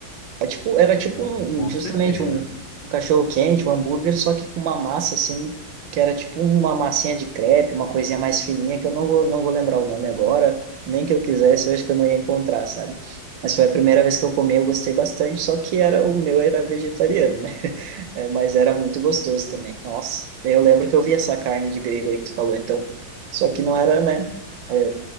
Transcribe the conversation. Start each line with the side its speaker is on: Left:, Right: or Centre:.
Right: É tipo, era tipo
Left: ah,
Right: um-
Left: com
Right: um, justamente
Left: certeza.
Right: um, um cachorro quente, um hambúrguer, só que com uma massa assim, que era tipo uma massinha de crepe, uma coisinha mais fininha, que eu não vou, não vou lembrar o nome agora, nem que eu quisesse, eu acho que eu não ia encontrar, sabe? Mas foi a primeira vez que eu comi, eu gostei bastante, só que era o meu era vegetariano, né? É, mas era muito gostoso também. Nossa. Daí eu lembro que eu vi essa carne de grego aí que tu falou, então. Só que não era, né? é,